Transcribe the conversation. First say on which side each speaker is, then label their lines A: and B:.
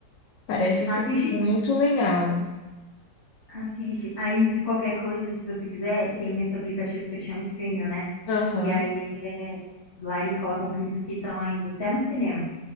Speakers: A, on the left (about 90°); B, on the left (about 40°).
A: Parece
B: Assistir
A: ser muito legal.
B: Assiste. Aí, se qualquer coisa, se você quiser, tem esse aplicativo que ele chama Streamio, né?
A: Aham.
B: E aí, é- lá eles colocam filmes que estão ainda até no cinema.